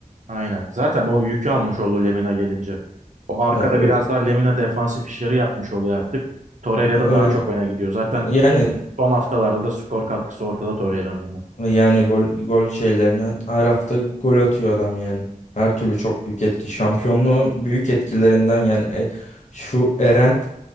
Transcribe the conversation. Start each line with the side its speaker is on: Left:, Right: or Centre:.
Right: Aynen. Zaten o yükü almış oldu Lemina gelince. O arkada
Left: Ya ö-
Right: biraz daha Lemina defansif işleri yapmış oluyor artık. Torreira
Left: öyle.
Right: da daha çok öne gidiyor. Zaten
Left: Yani
Right: son haftalarda da skor katkısı ortada Torreira'nın da.
Left: yani gol gol şeylerinden her hafta gol atıyor adam yani. Her türlü çok büyük etki. Şampiyonluğun büyük etkilerinden yani e, şu Eren